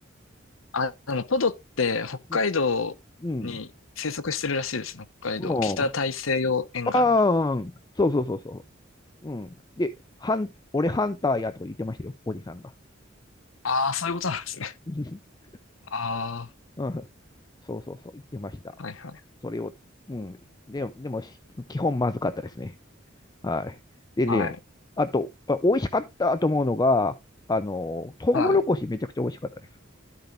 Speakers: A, on the left; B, on the left.
A: あ、あの、ポドって北海道に生息してるらしいですね。
B: <laughs> ううん、
A: 北海道。
B: も
A: 北大西洋沿岸に。
B: うああ、うんそうそうそうそう。うん。で、ハン、俺ハンターやとか言ってましたよ、おじさんが。
A: ああ、そういうことなんですね。
B: <laughs>
A: <laughs> あ
B: うん、そうそうそう、言ってました。
A: あ、はいはい。
B: それを、うん、でも、でも、し基本まずかったですね。はい。でね、
A: はい。
B: あと、あ美味しかったと思うのが、あの、トウモロコシめちゃくちゃ美味しかったです。
A: はい。